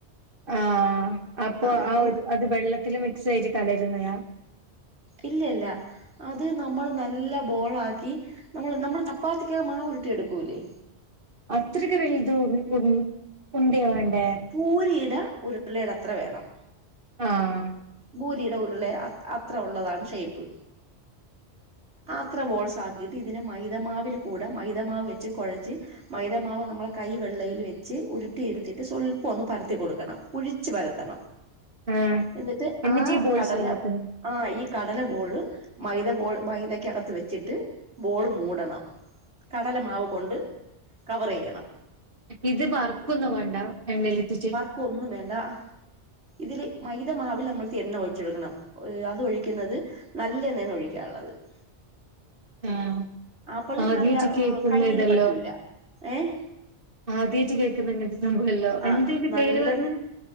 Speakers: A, on the right; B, on the right.
A: ആഹ് അപ്പൊ
B: നമ്മൾ
A: ആഹ് ഒരു അത് വെള്ളത്തില് മിക്സ് ആയിട്ട് കലര്ന്നെയാ
B: ഇല്ലല്ല. അത് നമ്മള് നല്ല ബോളാക്കി നമ്മള് നമ്മൾ ചപ്പാത്തിക്ക മാവ്രുട്ടി എടുക്കൂല്ലേ
A: അത്രയ്ക്ക് വലുത് ഉൺ ഉണ്ട്യ വാണ്ടേ.
B: പൂരിട ഉരുളെടത്ര വേണം.
A: ആഹ്
B: ഭൂരിയുടെ ഉരുളെ അത്ര ഉള്ളതാണ് ഷേപ്പ്. ആത്ര ബോൾസാക്കീട്ട് ഇതിന മൈതമാവില് കൂട മൈതമാവ് വെച്ച് കൊഴച്ച് മൈദാമാവ് നമ്മള കൈ വള്ളയില് വെച്ച് ഉരുട്ടിയെടുത്തിട്ട് സ്വ പ്പവൊന്ന് പരത്തി കൊടുക്കണം ഉഴിച്ച് പരത്തണം
A: ആഹ്
B: എന്നിട്ട് ആഹ്
A: ഈ ബോൾസ്
B: കടല
A: ശരിയാക്കുന്നു
B: ആഹ് ഈ കടല ബോള് മൈത ബോൾ മൈതയ്ക്കകത്ത് വെച്ചിട്ട് ബോള് മൂടണം. കടല മാവ് കൊണ്ട് കവറെയ്യണം.
A: ഇത് വറക്കൊന്നുംവാണ്ട എണ്ണേലിറ്റിട്ട്?
B: ക്കൊന്നും വേണ്ടാ. ഇതില് മൈദമാവില് നമ്മള് എണ്ണ ഒഴിചൊടുക്കണം അതൊഴിക്കുന്നത് നല്ലെണ്ണയിലൊഴിക്ക <unintelligible>
A: <unintelligible>
B: അപ്പോൾ നല്ല
A: കേക്ക്ന്നെ
B: കയ്യിൽ
A: തെല്ലോ.
B: പറ്റൂല ഏഹ്
A: ആദ്യയിറ്റ് കേക്ക്ന്നെ ഇങ്ങൻത്തെ സംഭവെല്ലോ
B: ആ
A: എന്തെന്റെ
B: നല്ല
A: പേര് പറന്ന്?